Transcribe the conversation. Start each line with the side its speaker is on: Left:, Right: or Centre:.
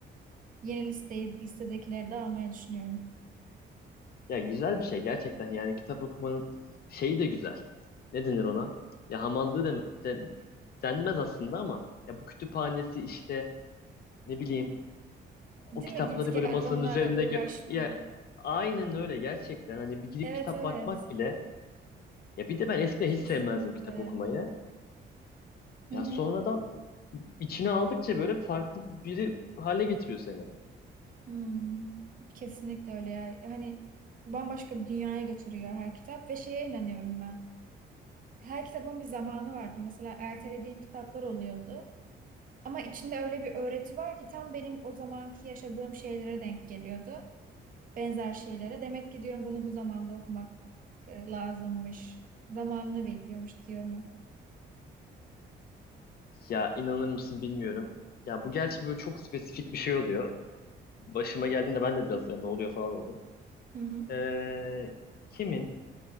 Right: yeni listeyi listedekileri de almayı düşünüyorum.
Left: Ya güzel bir şey gerçekten yani kitap okumanın şeyi de güzel. Ne denir ona? Ya hamallığı da de, denmez aslında ama ya bu kütüphanesi işte ne bileyim
Right: Değil
Left: o kitapları
Right: mi? Git gel
Left: böyle masanın
Right: onlarla
Left: üzerinde
Right: uğraşma.
Left: gö- ya aynen öyle gerçekten hani bir gidip
Right: Evet
Left: kitap
Right: evet.
Left: bakmak bile ya bir de ben eskiden
Right: Kesinlikle.
Left: hiç sevmezdim kitap okumayı.
Right: Hı
Left: Ya
Right: hı.
Left: sonradan içine aldıkça böyle farklı biri hale getiriyor seni.
Right: Hmm. Kesinlikle öyle ya. Hani bambaşka bir dünyaya götürüyor her kitap ve şeye inanıyorum ben. Her kitabın bir zamanı vardı. Mesela ertelediğim kitaplar oluyordu. Ama içinde öyle bir öğreti var ki tam benim o zamanki yaşadığım şeylere denk geliyordu. Benzer şeylere. Demek ki diyorum bunu bu zamanda okumak e, lazımmış. Zamanını bekliyormuş diyorum. hep.
Left: Ya inanır mısın bilmiyorum. Ya bu gerçi böyle çok spesifik bir şey oluyor. Başıma geldiğinde ben de biraz "Ya ne oluyor falan oldum.
Right: Hı hı.
Left: Ee, kimin?